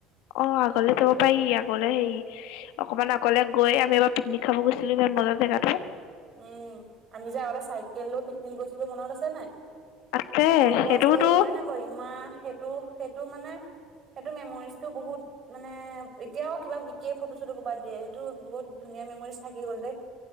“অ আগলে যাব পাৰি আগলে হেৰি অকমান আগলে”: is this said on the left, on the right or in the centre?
Left